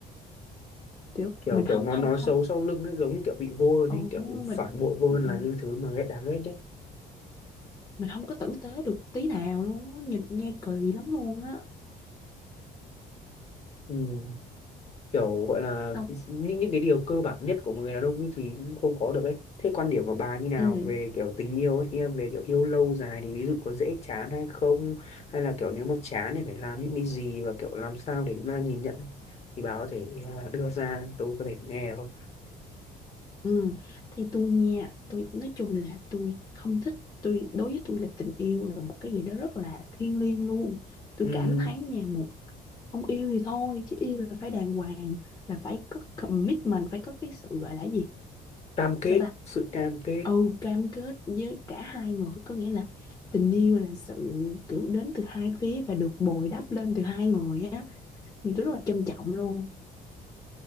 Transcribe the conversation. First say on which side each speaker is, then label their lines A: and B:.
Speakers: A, on the left; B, on the left.
A: kiểu
B: kiểu
A: mình
B: kiểu
A: không
B: nó
A: không
B: nói xấu
A: không
B: sau lưng ấy giống như kiểu bị vô hơn
A: ồ
B: ấy kiểu
A: mình
B: phản bội vô hơn
A: ừ,
B: là những thứ mà ghét đáng ghét nhất
A: mình không có tử tế được tí nào luôn á, nhìn nghe kỳ lắm luôn á
B: ừ. kiểu gọi là
A: xong
B: những những cái điều cơ bản nhất của một người đàn ông ấy thì không có được ấy thế quan điểm của bà như nào
A: ừ
B: về kiểu tình yêu ấy em về kiểu yêu lâu dài thì ví dụ có dễ chán hay không hay là kiểu nếu mà chán thì phải làm những cái gì và kiểu làm sao để chúng ta nhìn nhận ấy. thì bà có thể à, đưa ra tôi có thể nghe được không
A: ừ. theo tôi nha tôi nói chung là tôi không thích tôi đối với tôi là tình yêu là một cái gì đó rất là thiêng liêng luôn tôi
B: Ừm,
A: cảm thấy nha một không yêu thì thôi chứ yêu là phải đàng hoàng là phải có commitment phải có cái sự gọi là gì
B: cam kết
A: sao ta
B: sự cam kết
A: ừ cam kết với cả hai người có nghĩa là tình yêu là sự kiểu đến từ hai phía và được bồi đắp lên từ hai người á thì tôi rất là trân trọng luôn